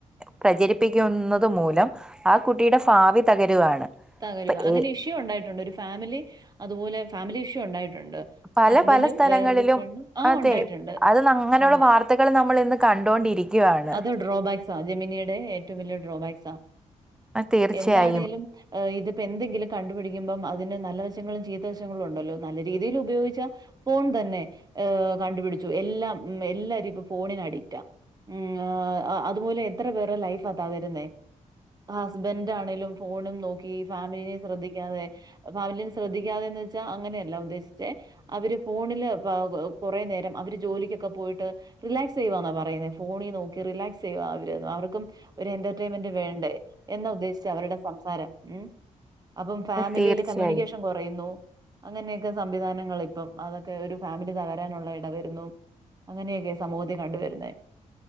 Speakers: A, in the centre; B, on the right.
A: പ്രചരിപ്പിക്കുന്നത് മൂലം ആ കുട്ടിയുടെ ഫാവി തകരുവാണ്.
B: തകരുവാ
A: അപ്പൊ
B: അങ്ങനെ
A: ഏ
B: ഇഷ്യൂ ഉണ്ടായിട്ടുണ്ട് ഒരു ഫാമിലി അതുപോലെ ഫാമിലി ഇഷ്യൂ ഉണ്ടായിട്ടുണ്ട്. ണ്ട്
A: പല
B: ഹസ്ബന്റും
A: പല സ്ഥലങ്ങളിലും
B: വേറൊരു പെണ്ണും ആ
A: അതെ
B: ഉണ്ടായിട്ടുണ്ട്
A: അത് ന- അങ്ങനെയുള്ള
B: അതെ.
A: വാർത്തകൾ നമ്മൾ ഇന്ന് കണ്ടോണ്ടിരിക്കുവാണ്
B: അത് ഡ്രോബാക്സാ ജെമിനിയുടെ ഏറ്റവും വലിയ ഡ്രോബാക്സാ.
A: തീർച്ചയായും
B: എന്താണെലും ഇതിപ്പോ എന്തെങ്കിലും കണ്ടുപിടിക്കുമ്പം അതിന് നല്ല. ചീതവശങ്ങളും ഉണ്ടല്ലോ നല്ല രീതിയിൽ ഉപയോഗിച്ച ഫോൺ തന്നെ കണ്ടുപിടിച്ചു എല്ലാം. ഉം എല്ലാരും ഇപ്പൊ ഫോണിന് അഡിക്റ്റാ. ഉ അതുമൂലം എത്ര പേറെ ലൈഫാതകരുന്നേ. ഹസ്ബൻറ് ആണെലും ഫോണും നോക്കി ഫാമിലിനെ ശ്രദ്ധിക്കാതെ ഫാമിലിന ശ്രദ്ധിക്കാതെ. വച്ചാ അങ്ങനെയല്ല ഉദ്ദേശിച്ചെ അവര് ഫോണില് കുറേ നേരം അവര് ജോലിക്കൊക്കെ പോയിട്ട്. റിലാക്സ് ചെയ്യവാന്നാ പറയന്നെ. ഫോണിൽ നോക്കി റിലാക്സ് ചെയ്യ അവർക്കും ഒരു എന്റർൈൻമെന്റ് വേണ്ടേ എന്ന ഉദ്ദേശിച്ച് അവരുടെ സംസാ. സാരം ഉ അപ്പം ഫാമിലിയില്
A: തീർച്ചയായും
B: കമ്മ്യൂണിക്കേഷൻ കുറയുന്നു. അങ്ങനെയൊക്കെ സംവിധാനങ്ങൾ ഇപ്പം അതൊക്കെ ഒരു ഫാമിലി തകരാനുള്ള ഇട വരുന്നു അങ്ങനെയൊക്കെ സമൂഹത്തേ കണ്ടുവരുന്നേ.